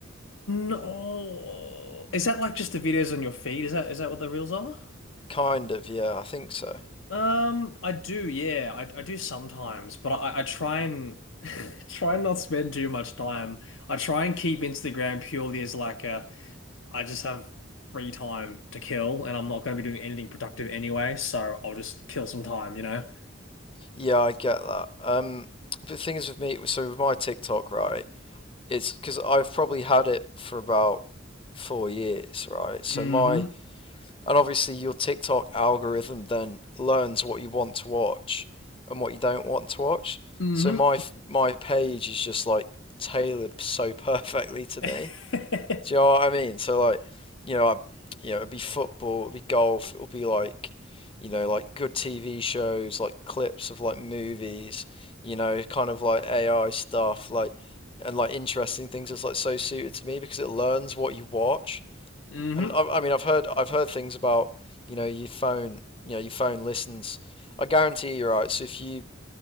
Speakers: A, on the left; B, on the left.
A: No. Is that like just the videos on your feed? Is that, is that what the reels are?
B: kind of, yeah, I think so.
A: Um, I do, yeah, I, I do sometimes, but I, I try and <laughs> try and not spend too much time. I try and keep Instagram purely as like a I just have free time to kill, and I'm not going to be doing anything productive anyway, so I'll just kill some time, you know.
B: Yeah, I get that. Um, the thing is with me, so with my TikTok, right, it's because I've probably had it for about four years, right? So
A: Mm-hmm.
B: my And obviously, your TikTok algorithm then learns what you want to watch and what you don't want to watch.
A: Mm-hmm.
B: So my my page is just like tailored so <laughs> perfectly to
A: <laughs>
B: me. Do you know what I mean? So like, you know, I, you know, it'd be football, it'd be golf, it'll be like, you know, like good TV shows, like clips of like movies, you know, kind of like AI stuff, like and like interesting things. It's like so suited to me because it learns what you watch.
A: Mm-hmm.
B: And I, I mean, I've heard I've heard things about you know your phone, you know your phone listens. I guarantee you're right. So if you